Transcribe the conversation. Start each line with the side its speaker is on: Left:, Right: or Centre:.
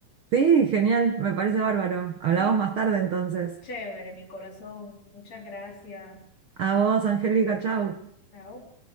Right: Sí, genial, me parece bárbaro. Hablamos
Left: ¿Sí?
Right: más tarde entonces.
Left: Chévere, mi corazón. Muchas gracias.
Right: A vos, Angélica, chau.
Left: Chao.